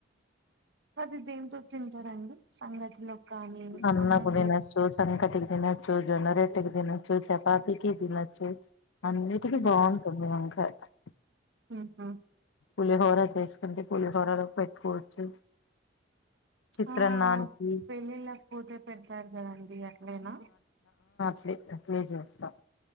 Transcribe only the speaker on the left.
అన్నకు
దినచ్చు, సంకటికి తినచ్చు, జొన్న రేటకి తినొచ్చు, చపాతికి తినొచ్చు. అన్నిటికీ
బాగుంటుంది అం <unintelligible>
పులిహోర చేసుకుంటే పులిహోరలో పెట్టుకోవచ్చు చిత్రాన్నానికి
ప్లే అప్లే చేస్తాం